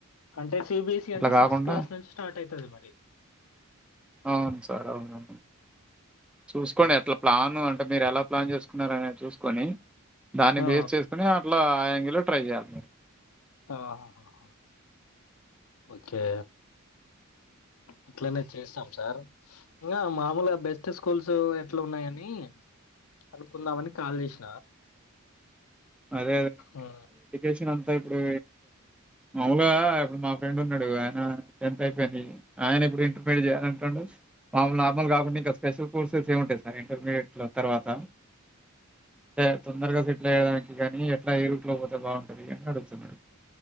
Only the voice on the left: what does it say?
అంటే సిబిఎస్ఈ
అంటే
సిక్స్త్ క్లాస్ నుంచి స్టార్ట్ అయితది మరి
ఆహా
ఆ
ఆహా హా హా ఒకే అట్లనే చేస్తాం సార్ ఇంకా మామూలుగా బెస్ట్ స్కూల్స్ ఎట్ల ఉన్నాయని కనుకుందామని కాల్ చేసి
ఉమ్.